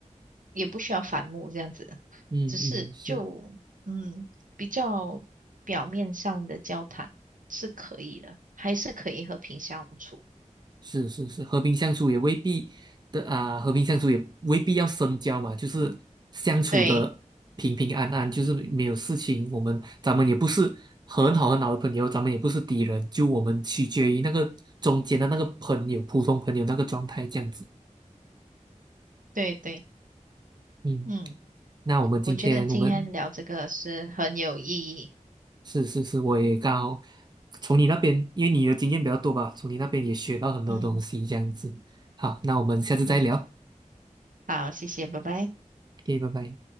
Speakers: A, on the right; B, on the right.
A: 也不需要反目这样子，
B: 嗯嗯是。
A: 只是就嗯比较表面上的交谈是可以的，还是可以和平相处。
B: 是是是，和平相处也未必的啊、和平相处也未必要深交嘛，就是相处的平平安安，
A: 对
B: 就是没有事情。我们咱们也不是很好很好的朋友，咱们也不是敌人，就我们取决于那个中间的那个朋友，普通朋友那个状态这样子。
A: 对对，
B: 嗯，
A: 嗯，
B: 那我们今天我们
A: 我觉得今天聊这个是很有意义。
B: 是是是，我也刚好从你那边，因为你的经验比较多吧，从你那边也学到很多东西这样子。
A: 嗯
B: 好，那我们下次再聊
A: 嗯，好，谢谢，拜拜。
B: ，OK，拜拜。